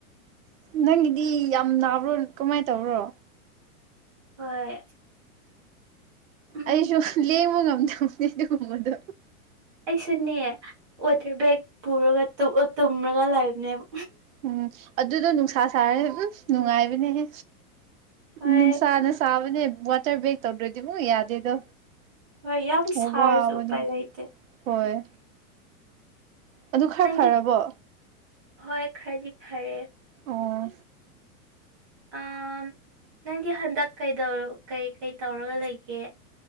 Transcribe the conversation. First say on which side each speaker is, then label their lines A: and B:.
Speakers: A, on the right; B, on the right.
A: ꯅꯪꯒꯤꯗꯤ ꯌꯥꯝ ꯅꯥꯕ꯭ꯔꯣ ꯀꯃꯥꯏꯅ ꯇꯧꯕ꯭ꯔꯣ
B: ꯍꯣꯏ ꯎꯝ
A: ꯑꯩꯁꯨ ꯂꯦꯡꯕ ꯉꯝꯗꯕꯅꯤ ꯑꯗꯨꯒꯨꯝꯕꯗꯣ
B: ꯑꯩꯁꯨꯅꯦ ꯋꯥꯇꯔ ꯕꯦꯒ ꯄꯨꯔꯒ ꯇꯣꯑꯣꯇꯨꯝꯔꯒ ꯂꯩꯕꯅꯦꯕ
A: ꯎꯝ ꯑꯗꯨꯗꯣ ꯅꯨꯡꯁꯥ ꯁꯥꯔꯥ ꯑꯨꯐ ꯅꯨꯡꯉꯥꯏꯕꯅꯦꯍꯦ
B: ꯍꯣꯏ
A: ꯅꯨꯡꯁꯥꯅ ꯁꯥꯕꯅꯦ ꯋꯥꯇꯔ ꯕꯦꯛ ꯇꯧꯗꯥꯔꯗꯤ ꯃꯨꯛ ꯌꯥꯗꯦꯗꯣ
B: ꯍꯣꯏ ꯌꯥꯝ
A: ꯑꯣ
B: ꯁꯥꯔꯁꯨ
A: ꯋꯥꯕꯅꯤ
B: ꯎꯄꯥꯏ ꯂꯩꯇꯦ
A: ꯍꯣꯏ ꯑꯗꯨ ꯈꯔ
B: ꯅꯪꯗꯤ
A: ꯐꯔꯕꯣ
B: ꯍꯣꯏ ꯈꯥꯔꯗꯤ ꯐꯔꯦ
A: ꯑꯣ
B: ꯑ ꯅꯪꯗꯤ ꯍꯟꯗꯛ ꯀꯩꯗꯧꯀꯩ ꯇꯧꯔꯒ ꯂꯩꯒꯦ